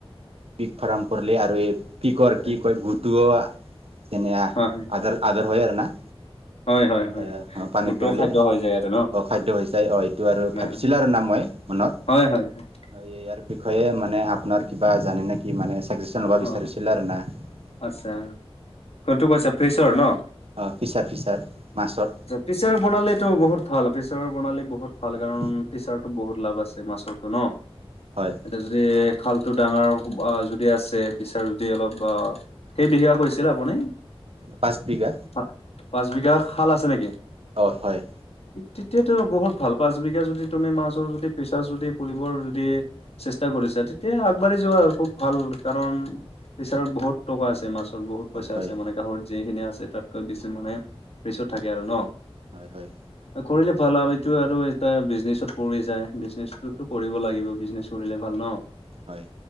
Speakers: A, on the right; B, on the left.
A: পিক ফাৰ্ম কৰিলে আৰু এই পিকৰ কি
B: হয়
A: কয় গুটুঅ যেনে
B: হয়
A: আদাৰ- আদৰ হয় আৰু না।
B: হয় হয় হয় হয়
A: এ অঁ পানীত
B: বুটৰ
A: পৰিলি
B: খাদ্য হৈ যায় আৰু ন
A: অ খাদ্য হৈছে অ এইটো আৰু
B: হয়
A: ভাবছিল আৰু না মই। মনত।
B: হয় হয় হয়।
A: ইয়াৰ বিষয়ে মানে আপোনাৰ কিবা জানে নেকি মানে ছাজেশ্যন ল'ব বিচাৰিছিল
B: অ
A: আৰু না-
B: আচ্ছা
A: অ
B: কনটো কৈ আছা ফ্ৰিছৰ ন।
A: অঁ' ফিচাৰ ফিচাৰ মাছৰ।
B: ফিচৰ বনালেতো বহুত ভাল ফিচৰৰ বনালে বহুত- ভাল
A: হয়
B: কাৰণ ফিচৰটো বহুত লাভ আছে মাছৰটো ন।
A: হয়
B: এ যদি খালটো ডাঙৰ অঁ' যদি আছে- ফিছাৰ যদি অলপ অ সেই বিঘা কৈছিল আপুনি?
A: পাঁচ বিঘা।
B: অঁ' পাঁচ বিঘা খাল আছে নেকি?
A: অ' হয়।
B: তেতিয়াতো বহুত ভাল পাঁচ বিঘা যদি তুমি মাছৰ যদি পেছা যদি ফুলিবৰ যদি- চেষ্টা কৰিছা তেতিয়া আগবাঢ়ি যোৱা আৰু খুব ভাল। কাৰণ ফিচাৰত বহুত টকা আছে মাছত বহুত
A: হয়
B: পইচা
A: হয়
B: আছে মানে গাহৰি- যিখিনি আছে তাতকৈ বেছি মানে ফ্ৰিছত থাকে আৰু ন।
A: হয় হয়।
B: কৰিলে ভাল আও এইটো আৰু এটা বিজনেচত পৰি যায় বিজনেছোতো কৰিব লাগিব। বিজনেজ- কৰিলে ভাল ন।
A: হয়।